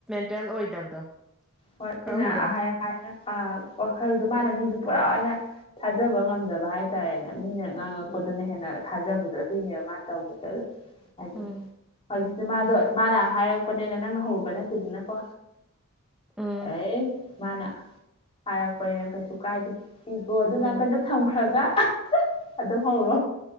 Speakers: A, in the centre; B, on the left.
A: ꯐꯦꯜ ꯑꯣꯏꯗꯕꯗꯣ
B: ꯍꯣꯏ
A: ꯈꯪꯕ꯭ꯔꯥ
B: ꯑꯩꯅ ꯑꯍꯥꯢ ꯋꯥꯈꯜꯗꯣ ꯃꯥꯅ ꯃꯤꯗꯨ ꯄꯨꯔꯥ ꯑꯣꯏꯅ ꯊꯥꯖꯕ ꯉꯝꯗꯕ ꯍꯥꯏꯇꯥꯔꯦꯅꯦ ꯃꯤꯅ ꯉꯥꯡꯉꯛꯄꯗꯨꯅ
A: ꯎꯝ
B: ꯍꯦꯟꯅ ꯊꯥꯖꯕꯗꯣ ꯑꯗꯨꯏꯅꯦꯕ ꯃꯥꯅ ꯇꯧꯔꯤꯗꯣ ꯑꯗꯣ ꯍꯥꯏꯗꯤ
A: ꯎꯝ
B: ꯍꯧꯖꯤꯛꯁꯦ ꯃꯥꯗꯣ ꯃꯥꯅ ꯍꯥꯏꯔꯛꯄꯅꯦꯅ ꯅꯪꯅ ꯍꯧꯔꯨꯕ ꯅꯠꯇꯦꯗꯅꯀꯣ
A: ꯎꯝ
B: ꯑꯦ ꯃꯥꯅ ꯍꯥꯏꯔꯛꯄꯅꯤꯅ ꯀꯩꯁꯨ ꯀꯥꯏꯗꯦ ꯀꯤꯕꯣ ꯑꯗꯨ ꯅꯥꯀꯟꯗꯨ
A: ꯎꯝ
B: ꯊꯝꯈ꯭ꯔꯒ ꯑꯗꯨꯝ ꯍꯧꯔꯣ